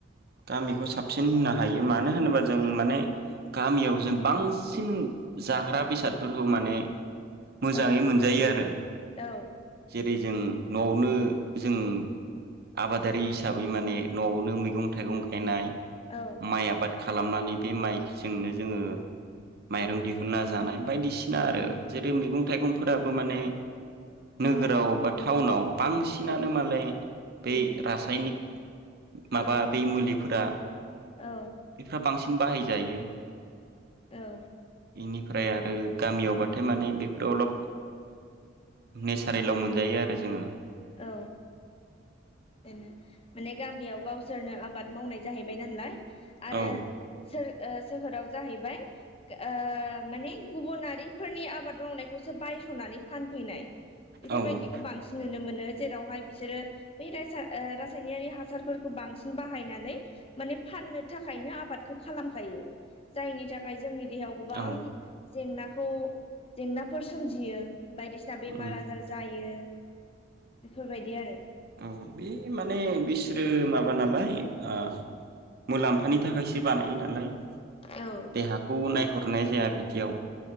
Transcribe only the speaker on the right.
गामिखौ साबसिन होनो हायो मानो मानो होनोबा जों माने गामियाव जों बांसिन जाग्रा बेसादफोरखौ माने मोजाङै
मोनजायो आरो
जेरै जों नआवनो जों आबादारि हिसाबै माने नआवनो मैगं थाइगं गायनाय
माइ आबाद खालामनानै नै से माइजोंनो जोंङो माइरं दिहुनना जानाय बायदिसिना आरो जेरै मैगं थाइगंफोराबो माने
नोगोराव बा टाउनाव बांसिनानो मालाय बै
रासायनिक माबा
बै मुलिफोरा
बेफ्रा बांसिन बाहायजायो।
बेनिफ्राय आरो गामियावबाथाय माने बेफोराव अलप नेचारेलाव मोनजायो आरो जोंङो
औ
औ
औ
उम
औ बे माने बिसोरो माबा नालाय ओ मुलाम मानि थाखाय बानायो नालाय
देहाखौ नायहर नाय जाया बिदियाव